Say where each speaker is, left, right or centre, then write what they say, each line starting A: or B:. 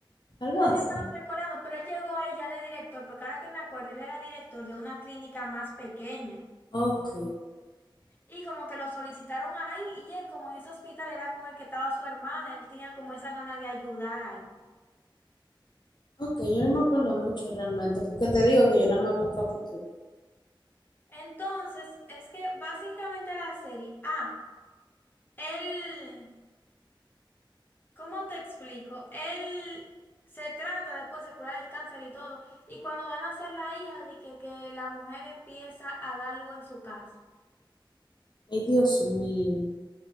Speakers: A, on the left; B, on the left.
A: algo
B: No
A: así.
B: sé si él estaba recordando, pero él llegó ahí ya de director, porque ahora que me acuerdo, él era director de una clínica más pequeña.
A: Ok,
B: Y como que lo solicitaron ahí, y él como en ese hospital era como el que estaba su hermana, él tenía como esa gana de ayudar ahí.
A: ok, yo no me acuerdo mucho realmente, porque te digo que yo nada más vi un capítulo.
B: Entonces, es que básicamente la serie, ah, él, ¿cómo te explico? Él se trata después de curar el cáncer y todo, y cuando van a hacer la hija, de que, que la mujer empieza a dar luz en su casa.
A: Ay, Dios mío.